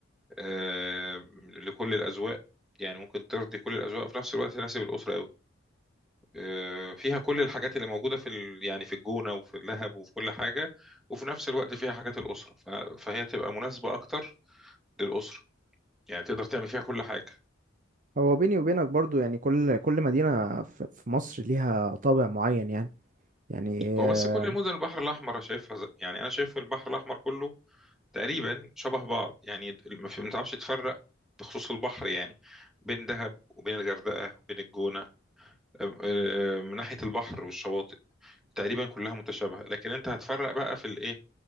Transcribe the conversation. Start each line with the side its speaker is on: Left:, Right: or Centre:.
Centre: آه، لكل الأذواق يعني ممكن ترضي كل الأذواق في نفس الوقت تناسب الأسرة قوي آه، فيها كل الحاجات اللي موجودة في ال... يعني في الجونة وفي اللهب وفي كل حاجة وفي نفس الوقت فيها حاجات الأسرة ف... فهي تبقى مناسبة أكتر للأسرة يعني تقدر تعمل فيها كل حاجة
Right: هو بيني وبينك برضو يعني كل كل مدينة ف- في مصر ليها طابع معين يعني يعني
Centre: هو
Right: آه،
Centre: بس كل المدن البحر الأحمر أنا شايفها ز- يعني أنا شايف البحر الأحمر كله تقريبا شبه بعض يعني ما في- ما تعرفش تفرق بخصوص البحر يعني بين دهب وبين الغردقة وبين الجونة أم- أه، من ناحية البحر والشواطئ تقريبا كلها متشابهة لكن انت هتفرق بقى في الايه